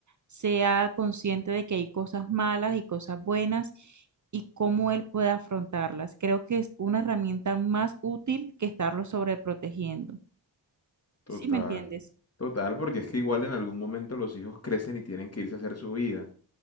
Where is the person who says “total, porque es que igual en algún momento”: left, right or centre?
Left